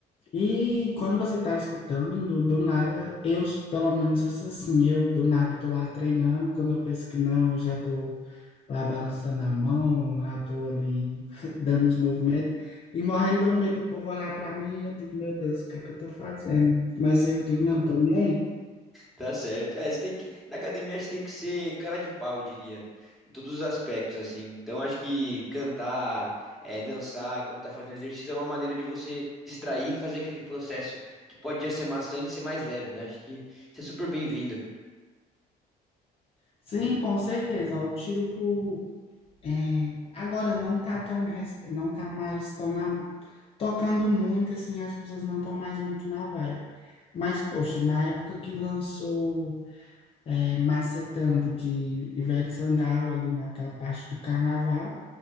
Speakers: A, on the left; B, in the centre.
A: E quando você tá escutando, do nada, eu, pelo menos eu sou assim, eu do nada tô lá treinando, quando eu penso que não, eu já tô lá balançando a mão, já tô ali <laughs> dando os movimentos, e morrendo do medo do povo olhar para mim, eu digo, meu Deus, o que é que eu tô fazendo? Mas eu digo, não, tô nem aí.
B: Tá certo. É, você tem que, na academia você tem que ser cara de pau, eu diria. Em todos os aspectos, assim. Então acho que cantar, é, dançar enquanto tá fazendo exercício é uma maneira de você distrair e fazer aquele processo que pode já ser maçante ser mais leve, né? Acho que isso é super bem-vindo.
A: Sim, com certeza, o tiro por... é, agora não tá tão, res- não tá mais tão na... tocando muito, assim, as pessoas não estão mais muito na vibe. Mas, poxa, na época que lançou é, Macetando de Ivete Sangalo, ali naquela parte do carnaval,